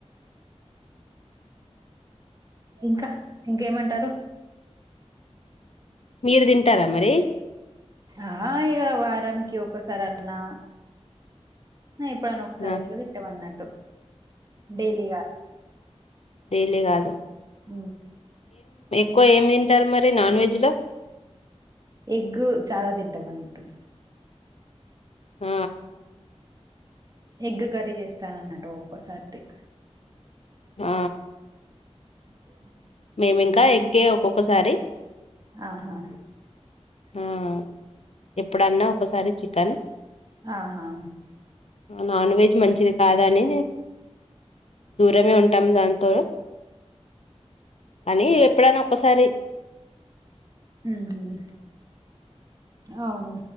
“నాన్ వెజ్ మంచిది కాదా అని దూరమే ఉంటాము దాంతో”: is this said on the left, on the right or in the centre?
Left